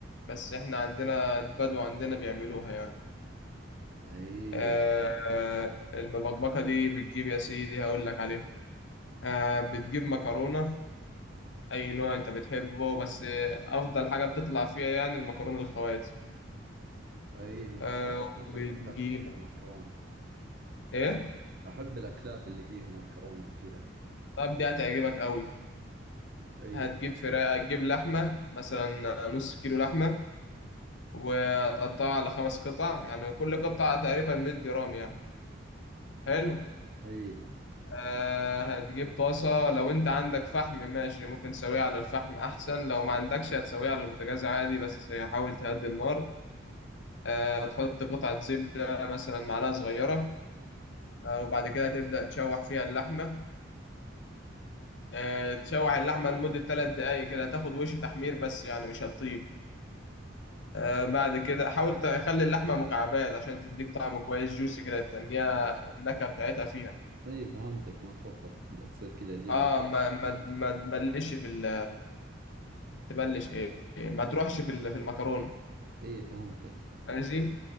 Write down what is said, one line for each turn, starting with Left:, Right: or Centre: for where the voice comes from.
Left: بس إحنا عندنا البدو عندنا بيعملوها يعني
Right: أي
Left: آه آه، المبكبكة دي بتجيب يا سيدي هقول لك عليها آه بتجيب مكرونة أي نوع أنت بتحبه بس أفضل حاجة بتطلع فيها يعني المكرونة الخواتي
Right: أي المعكرونة
Left: أه
Right: أحب
Left: بتجيب
Right: أكلات فيها معكرونة
Left: إيه؟
Right: أحب الأكلات اللي فيها معكرونة وكذا
Left: طب دي هتعجبك أوي
Right: أي
Left: هتجيب فراخ هتجيب لحمة مثلا نص كيلو لحمة وتقطعها على خمس قطع يعني كل قطعة تقريبا 100 جرام يعني حلو
Right: أي
Left: أه هتجيب طاسة لو أنت عندك فحم ماشي ممكن تسويها على الفحم أحسن لو ما عندكش هتسويها على البوتاجاز عادي بس حاول تهدي النار أه تحط قطعة زبدة مثلا معلقة صغيرة آه، وبعد كده تبدأ تشوح فيها اللحمة آه، تشوح اللحمة لمدة ثلاث دقايق كده تاخد وش تحمير بس يعني مش هتطيب آه، بعد كده حاول تخلي اللحمة مكعبات عشان تديك طعم كويس جوسي كده تنيها النكهة بتاعتها فيها
Right: أي فهمتك ما تروح تصير كذا جلد
Left: اه ما ما ما تبلش في ال... تبلش ايه ما تروحش في ال- في المكرونة
Right: أي فهمتك
Left: ماشي